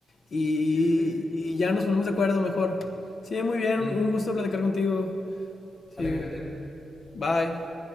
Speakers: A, on the left (about 65°); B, on the left (about 45°).
A: y,
B: Sí, sí, sí.
A: y ya nos ponemos de acuerdo mejor. Sí, muy bien,
B: Dale.
A: un un gusto platicar contigo.
B: Sale,
A: Sí,
B: cuídate.
A: bye.